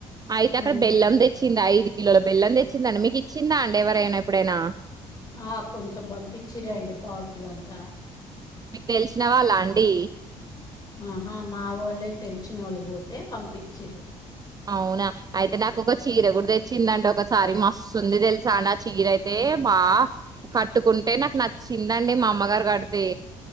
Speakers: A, on the right; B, on the left.
A: అయితే అక్కడ
B: ఉమ్
A: బెల్లం తే ఇచ్చిందా ఐదు కిలోల బెల్లం తెచ్చిందండి మీకు ఇచ్చిందా అండి ఎవరైనా ఇప్పుడైనా
B: ఆ కొంచెం పంపించిరండి పావుకిలో అంతా
A: మీకు తెలిసిన వాళ్ళాండి
B: ఆహా మా వాళ్ళే తెలిసినోళ్లు పోతే పంపించిర్రు
A: అవునా అయితే నాకు ఒక చీర కూడా తెచ్చిందండి ఒక సారీ మస్తుంది తెలుసా నా చీరయితే బాగా కట్టుకుంటే నాకు నచ్చిందండి మామ్మగారు కడితే